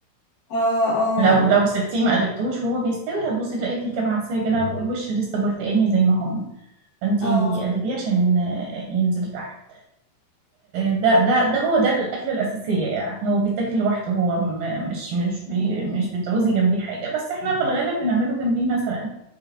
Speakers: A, on the left; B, on the right.
A: اه اه
B: لو لو سبتيه ما قلبتهوش وهو بيستوي هتبصي تلاقي فيه كام عدسة كده فوق الوش لسه برتقاني زي ما هم فانتي
A: اه
B: قلبيه عشان آه، ينزل تحت ده ده ده هو ده الأكلة الأساسية يعني هو بيتاكل لوحده هو م- مش مش بي مش بتعوزي جنبيه حاجة بس احنا في الغالب بنعمله جنبيه مثلا